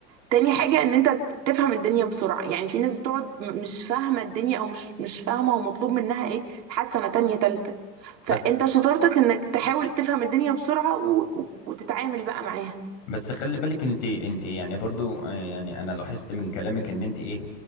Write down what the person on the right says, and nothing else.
تاني حاجة ان انت ت- تفهم الدنيا بسرعة يعني في ناس بتقعد م- مش فاهمة الدنيا او مش مش فاهمة هو مطلوب منها ايه لحد سنة تانية تالتة فانت
شطارتك انك تحاول تفهم الدنيا بسرعة و... و- وتتعامل بقى معاها